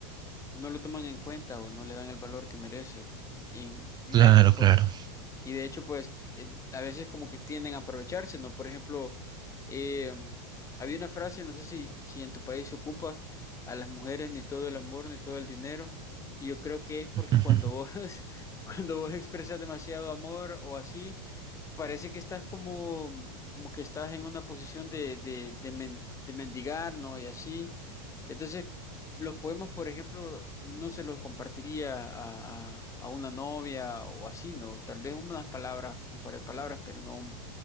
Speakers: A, on the left (about 20°); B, on the right (about 30°).
A: no lo toman en cuenta o no le dan el valor que merece. Y, y
B: Claro,
A: de hecho, pues
B: claro.
A: y de hecho, pues eh, a veces como que tienden a aprovecharse, ¿no? Por ejemplo, em, había una frase, no sé si, si en tu país se ocupa, a las mujeres ni todo el amor, ni todo el dinero. Y yo creo que es porque
B: <laughs>
A: cuando vos, <laughs> cuando vos expresas demasiado amor o así, Parece que estás como, como que estás en una posición de, de, de, men- de mendigar, ¿no? Y así. Entonces, los poemas, por ejemplo, no se los compartiría a, a- a una novia o así, ¿no? Tal vez unas palabras, un par de palabras, pero no un,